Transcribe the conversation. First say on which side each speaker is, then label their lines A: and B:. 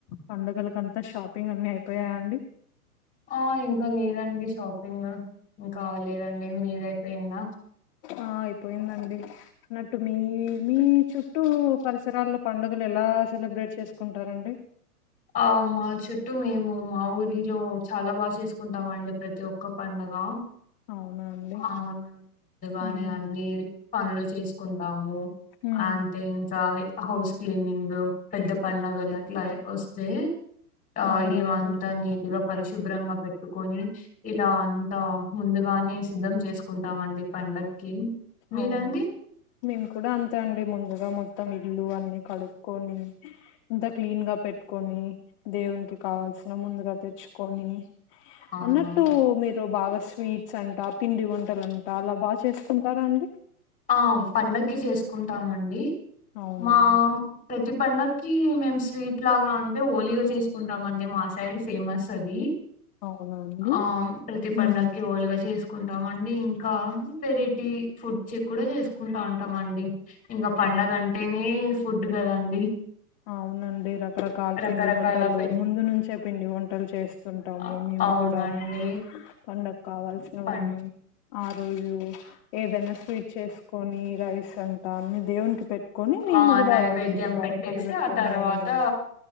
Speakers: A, on the left; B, on the left.
A: పండుగలకుంతా షాపింగ్ అన్ని అయిపో పోయా అండి
B: ఆ ఇంకా లేదండి షాపింగ్ ఇంకా అవలేదు అండి మీది అయిపోయిందా
A: ఆ అయిపోయిందండి అన్నట్టు మీ మీ చుట్టూ చుట్టటు పరిసరాల్లో పండుగలు ఎలా సెలబ్రేట్ చేసుకుంటారండి
B: ఆ మా చుట్టూ మేము మా ఊరిలో చాలా బాగా చేసుకుంటాం అండి ప్రతి ఒక్క పడుగ హలో
A: అవునా అండి
B: అవును ముందుగానే
A: ఉమ్,
B: అన్ని పనులు చేసుకుంటాము
A: ఉమ్,
B: ఆ అంటే ఇంకా హౌస్ క్లీనింగ్ పెద్ద పండుగలు అట్లా వస్తే ఆ
A: అవునండి
B: ఇల్లు అంత నీటిగా పరిశుభ్రంగా పెట్టుకొని ఇలా అంతా ముందుగానే సిద్ధం చేసుకుంటామండి పండక్కి మీరండి
A: అవును మేము కూడా అంతే అండి ముందుగా మొత్తం ఇల్లు అన్ని కడుక్కొని అంతా క్లీన్ గా పెట్టుకొని దేవునికి కావాల్సిన ముందుగా తెచ్చుకొని
B: అవునా
A: అన్నట్టు మీరు బాగా స్వీట్స్ అంట పిండి వంటలు అంట అలా బాగా చేసు కుంటారా అండి
B: ఆ పండగకి చేసుకుంటామండి
A: అవునా
B: మా ప్రతి పండక్కి కి మేం స్వీట్ లాగా అంటే ఓలీగా చేసుకుంటాం అండి మా సైడ్ ఫేమస్ అది
A: అవునా అండి
B: అ ప్రతి పండక్కి
A: ఉమ్
B: ఒలిగ చేసు కుంటాం అండి ఇంకా వెరైటీ ఫుడ్ చెక్ కూడా చేసుకుంటా ఉంటాం అండి ఇంకా పండగ అంటేనే ఫుడ్ కదండి
A: అవునండి రకరకాలు
B: రకరకాల
A: పిండి వంటలు
B: పెన్
A: ముందు నుంచే పిండి వంటలు చేస్తుంటాము
B: అ
A: మేం
B: అవునండి
A: కూడా పండగ కావాల్సినవన్నీ
B: పన్
A: ఆ రోజు ఏదన్న స్వీట్ చేసుకొని రైస్ అంటా అన్ని దేవునికి పెట్టు కొని మేము
B: ఆ
A: కూడా
B: నైవేద్యం
A: అంత బాగా
B: పెట్టేసి
A: నైవేద్యం
B: ఆ తర్వాత
A: అవునండి